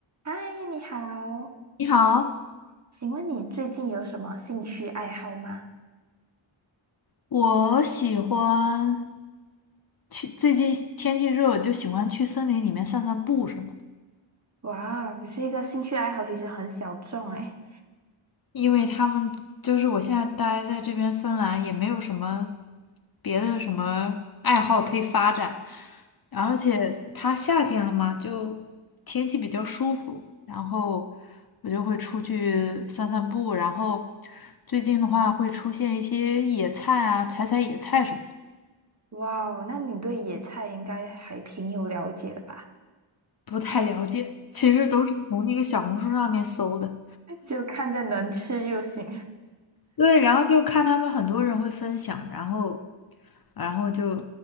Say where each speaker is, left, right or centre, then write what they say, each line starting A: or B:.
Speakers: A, on the right; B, on the left.
A: 嗨，你好，
B: 你好，
A: 请问你最近有什么兴趣爱好吗？
B: 我喜欢去，最近天气热，我就喜欢去森林里面散散步什么的。
A: 哇，你这个兴趣爱好其实很小众诶。
B: 因为他们就是我现在待在这边芬兰，也没有什么别的什么爱好可以发展，而且它夏天了嘛，就天气比较舒服，然后我就会出去散散步，然后最近的话会出现一些野菜啊，采采野菜什么的。
A: 哇哦，那你对野菜应该还挺有了解的吧？
B: 不太了解，其实都是从那个小红书上面搜的。
A: <laughs> 就看着能吃就行。
B: 对，然后就看他们很多人会分享，然后，然后就